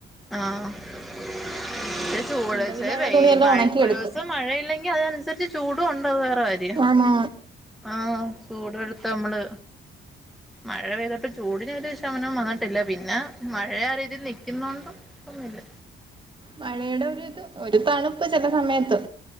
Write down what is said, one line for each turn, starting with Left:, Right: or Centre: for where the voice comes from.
Centre: ആഹത് ചൂടോടത്ത്
Right: ഇന്ന് പിന്നെ ഉള്ള
Centre: വയ്യ
Right: തുണിയെല്ലാം
Centre: മഴ
Right: ഒണക്കിയെടുത്ത്
Centre: ഒരു ദിവസം മഴയില്ലെങ്കിൽ അതനുസരിച്ച് ചൂടും ഉണ്ടത് വേറെ കാര്യം
Right: ആണ
Centre: ആഹ ചൂട് എടുത്ത നമ്മള് മഴ പെയ്തപോ ചൂടി ന്ഒരു ശമനം വന്നിട്ടില്ല പിന്നെ മഴയ ആ രീതിയിൽ നിൽക്കുന്നൊണ്ട് ഒന്നും ഇല്ല
Right: മഴയുടെ ഒരു ഇത് ഒരു തണുപ്പ് ചില സമയത്ത്